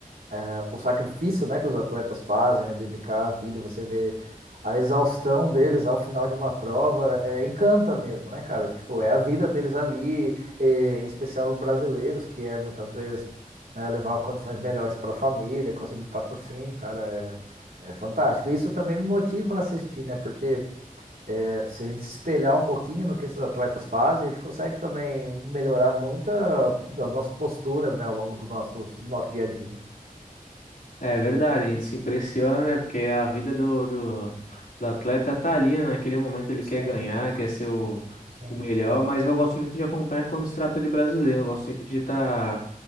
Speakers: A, on the right; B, on the left.
A: é, o sacrifício, né, que os atletas fazem, né, dedicar a vida, você vê a exaustão deles ao final de uma prova, é, encanta mesmo, né, cara? Tipo, é a vida deles ali, e, em especial os brasileiros, que é muitas vezes né, levar condições melhores para a família, conseguir patrocínio, cara, é, é fantástico. Isso também me motiva a assistir, né, porque é, se a gente se espelhar um pouquinho no que esses atletas fazem, a gente consegue também melhorar muita das nossas posturas, né, ao longo do nosso, nosso dia a dia.
B: É verdade, a gente se impressiona, né? Porque a vida do, do, do atleta tá ali, né? Naquele momento ele
A: Sim.
B: quer ganhar, quer ser o,
A: Sim.
B: o melhor, mas eu gosto muito de acompanhar quando se trata de brasileiro. Eu gosto sempre de estar.